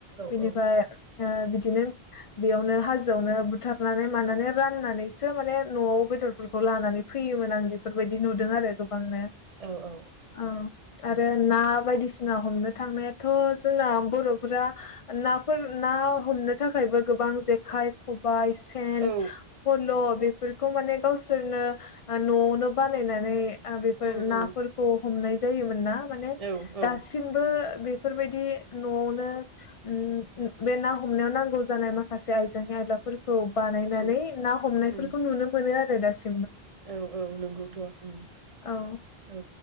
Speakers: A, on the left; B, on the right.
A: बिनिफ्राय
B: औ
A: ओ बिदिनो बेयावनो हाजोआवनो बुथारनानै मानानै राननानैसो माने न'आव बेदरफोरखौ लानानै फैयोमोन आं बेफोरबायदि नुदों आरो नो
B: औ औ
A: औ
B: उम
A: आरो ना बायदिसिना ना हमनो थांनायाथ' जोंना बर' फोरा नाफोर ना हमनो थाखायबो गोबां जेखाय खबाइ सेन
B: औ
A: खल' फोरफोरखौ माने गावसोरनो न'आवनो बानायनानै <unintelligible> बेफोर
B: उम
A: नाफोरखौ
B: उम
A: हमनाय जायोमोन ना माने
B: औ औ
A: दासिमबो बे बेफोर बायदि न'आव नो उम बे ना हमनायाव नांगौ जानाय माखासे आइजें आइलाफोर खौ बानायनानै
B: उम
A: ना हमनायफोरखौ
B: उम
A: नुनो मोनो आरो दासिम
B: औ औ नंगौथ' उम
A: औ
B: औ